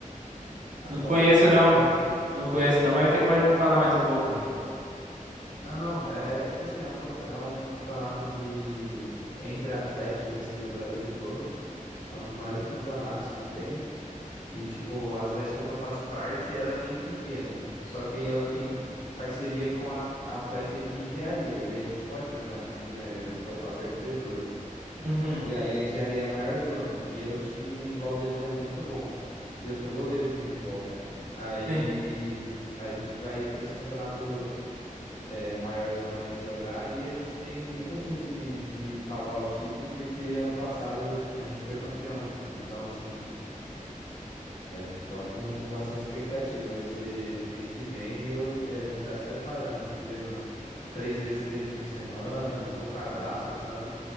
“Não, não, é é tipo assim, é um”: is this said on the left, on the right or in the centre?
Left